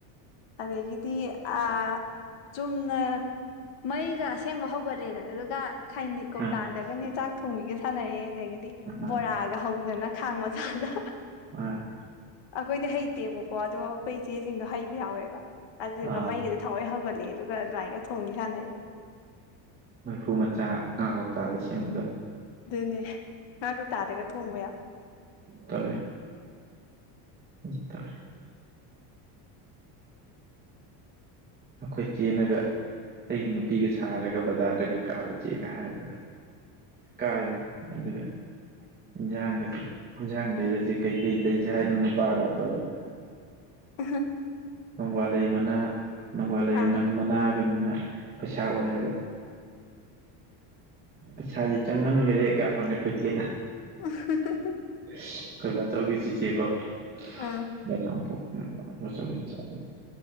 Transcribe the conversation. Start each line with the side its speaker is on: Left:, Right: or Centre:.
Left: ꯑꯗꯒꯤꯗꯤ ꯑꯥ ꯆꯨꯝꯅ ꯃꯩꯒ ꯑꯁꯦꯡꯕ ꯍꯧꯒꯠꯂꯦꯗꯅ ꯑꯗꯨꯒ ꯈꯩꯅꯤ ꯀꯧꯇꯥꯗꯒꯅ‌ꯦ
Right: ꯑꯥ
Left: ꯆꯥꯛ ꯊꯣꯡꯕꯤꯒ ꯁꯥꯟꯅꯔꯛꯑꯦ ꯑꯗꯒꯤꯗꯤ
Right: ꯑꯥ
Left: ꯕꯣꯔꯥꯒ ꯍꯧꯗꯅ ꯈꯥꯡ ꯃꯆꯥꯗ
Right: ꯃꯥꯟꯅꯤ
Left: ꯑꯩꯈꯣꯏꯗꯤ ꯍꯩꯇꯦꯕꯀꯣ ꯑꯗꯣ ꯑꯩꯈꯣꯏ ꯏꯆꯦꯁꯤꯡꯗꯣ ꯍꯩꯕ ꯌꯥꯎꯋꯦꯕ ꯑꯗꯨꯗꯨꯒ
Right: ꯑꯥ
Left: ꯃꯩꯒꯥꯖꯦ ꯊꯑꯣꯏ ꯍꯧꯒꯠꯂ‌ꯦ ꯑꯗꯨꯒ ꯑꯗꯨꯃꯥꯏꯅꯒ ꯊꯣꯡꯕꯤ ꯁꯥꯟꯅꯩ
Right: ꯃꯩꯐꯨ ꯃꯆꯥ ꯉꯥ ꯍꯥꯎꯇꯥꯗ ꯁꯦꯝꯕꯗꯣ꯫
Left: ꯎꯝ ꯑꯗꯨꯅꯦ ꯉꯥ ꯀꯧꯇꯥꯗꯒ ꯊꯣꯡꯕ ꯌꯥꯎ꯫
Right: ꯇꯥꯜꯂꯦ꯫ <unintelligible> ꯑꯩꯈꯣꯏ ꯆꯦꯅꯒ ꯑꯩꯒꯤ ꯅꯨꯄꯤꯒ ꯁꯥꯔꯒ ꯕꯖꯥꯔꯗꯒ ꯀꯥꯔꯨꯖ‌ꯦꯒ ꯍꯥꯏꯔꯒ ꯀꯥꯔꯤꯃꯤ ꯑꯗꯨꯒ ꯏꯟꯖꯥꯡꯒꯁꯦ ꯏꯟꯖꯥꯡ ꯂꯩꯔꯖ‌ꯦ ꯀꯩꯀꯩ ꯂꯩꯁꯦ ꯍꯥꯏꯅꯣ ꯅꯨꯄꯥꯒ ꯇꯧꯔꯒ꯫
Left: <unintelligible>
Right: ꯅꯣꯡꯕꯥꯜꯂꯩ ꯃꯅꯥ ꯅꯣꯡꯕꯥꯜꯂꯩꯅꯝ
Left: ꯑꯥ
Right: ꯃꯅꯥꯒꯅ ꯄꯩꯁꯥ ꯑꯣꯏꯔꯒ꯫ ꯄꯩꯁꯥꯗꯤ ꯆꯪꯃꯟꯈ꯭ꯔꯦꯒ <unintelligible> ꯈꯣꯏꯆ‌ꯦꯅ꯫
Left: <unintelligible>
Right: ꯑꯩꯈ‌ꯣꯏ ꯕꯥꯆꯧꯒꯤ ꯆꯤꯆ‌ꯦꯀ‌ꯣ
Left: ꯑꯥ
Right: <unintelligible> <inaudible>